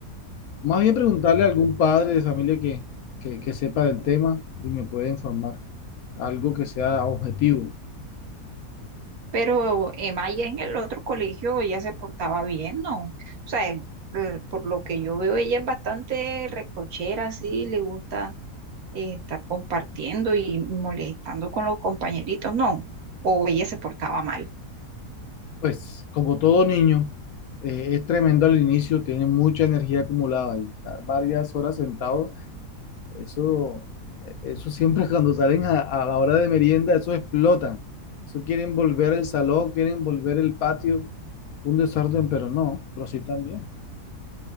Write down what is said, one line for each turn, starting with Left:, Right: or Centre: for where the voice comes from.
Left: Más bien preguntarle a algún padre de familia que, que, que sepa del tema y me pueda informar. Algo que sea objetivo.
Right: Pero Emaya en el otro colegio ya se portaba bien, ¿no? O sea, eh, por lo que yo veo, ella es bastante recochera, sí, le gusta eh, estar compartiendo y molestando con los compañeritos, no. O ella se portaba mal.
Left: Pues como todo niño, eh, es tremendo al inicio, tiene mucha energía acumulada y estar varias horas sentado Eso, eso siempre <laughs> cuando salen a, a la hora de merienda, eso explotan. Eso quieren volver el salón, quieren volver el patio, un desorden, pero no, pero sí también.